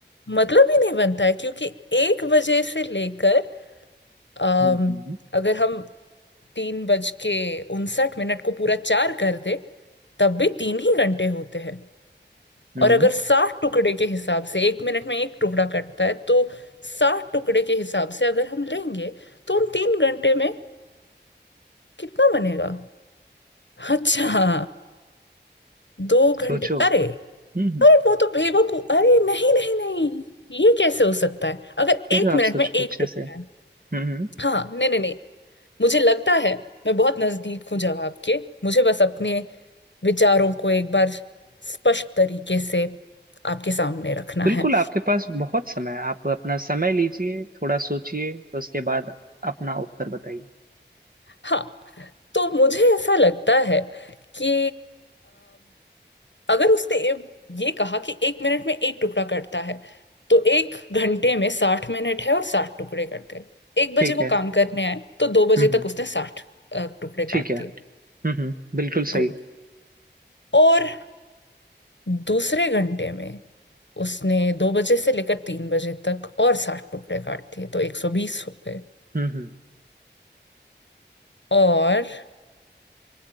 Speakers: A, on the left; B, on the right.
A: मतलब ही नहीं बनता है क्योंकि एक बजे से लेकर अम,
B: हम्म हम्म
A: अगर हम तीन बज के उनसठ मिनट को पूरा चार कर दे तब भी तीन ही घंटे होते हैं
B: हम्म,
A: और अगर साठ टुकड़े के हिसाब से एक मिनट में एक टुकड़ा कटता है तो साठ टुकड़े के हिसाब से अगर हम लेंगे तो उन तीन घंटे में कितना बनेगा अच्छा दो घंटे
B: सोचो हम्म
A: अरे
B: हम्म,
A: अरे वो तो बेवकूफ अरे नहीं नहीं नहीं ये कैसे हो सकता है अगर
B: फिर
A: एक
B: आप
A: मिनट
B: सोचो
A: में एक
B: अच्छे
A: टुकड़ा
B: से हम्म
A: है
B: हम्म
A: हाँ नहीं नहीं नहीं मुझे लगता है मैं बहुत नजदीक हूँ जवाब के मुझे बस अपने विचारों को एक बार स्पष्ट तरीके से आपके सामने रखना
B: बिल्कुल
A: है
B: आपके पास बहुत समय है आप अपना समय लीजिए थोड़ा सोचिए उसके बाद अपना उत्तर बताइए
A: हाँ तो मुझे ऐसा लगता है कि अगर उसने ये कहा कि एक मिनट में एक टुकड़ा कटता है तो एक घंटे में साठ मिनट है और साठ टुकड़े कट गए एक बजे
B: ठीक
A: वो
B: है
A: काम करने आए तो दो बजे
B: हम्म हम्म,
A: तक उसने साठ अ, टुकड़े काट
B: ठीक है
A: दिए
B: हम्म हम्म, बिल्कुल
A: गुड
B: सही
A: और दूसरे घंटे में उसने दो बजे से लेकर तीन बजे तक और साठ टुकड़े काट दिए तो एक सौ बीस हो गए
B: हम्म हम्म,
A: और